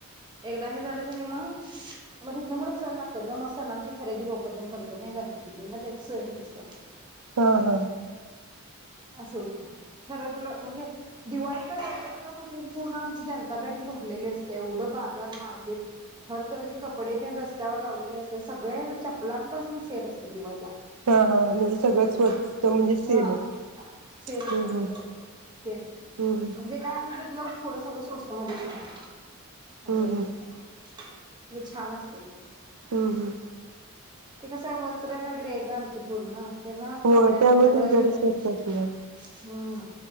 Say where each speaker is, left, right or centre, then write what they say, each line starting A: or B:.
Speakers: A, on the right (about 20°); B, on the right (about 85°).
A: एकदा हे झालं की नाही मग. मग तिथन पुढं सेल लागतात ग. मग सणांची खरेदी लोक तेन करतात नई गणपतीतले. मग त्याचे सेल नसतात.
B: ह ह
A: असं होतय. खरं तुला म्हणजे दिवाळीत तर एवडच ना मनजे <unintelligible> ती जनता बँक भरलेली असतीया. एवढं बाजार मार्केट हरतऱची कपडे तेन रस्त्यावर लावलेली असत्यात. सगळ्या चपलांपसन सेल असतोय दिवाळीला
B: हा हा म्हणजे सगळ्यात
A: तेन
B: स्वस्त म्हणजे सेलच
A: हा सेल सगळीकड
B: हम्म हम्म.
A: तेन
B: हम्म हम्म
A: म्हणजे काय असल ते तुला थोडं सगळं स्वस्त मध्येच मिळालं.
B: हम्म
A: असं असतंय.
B: हम्म
A: छान असते.
B: हम ह
A: ते कसं आहे वस्त्र नगरिय ग आमची पूर्ण. ते ना
B: होय
A: कपड्यांचं
B: त्यामुळे
A: सगळं
B: तुमच्याकडे
A: इकडं
B: स्वस्त
A: हम्म
B: असणार.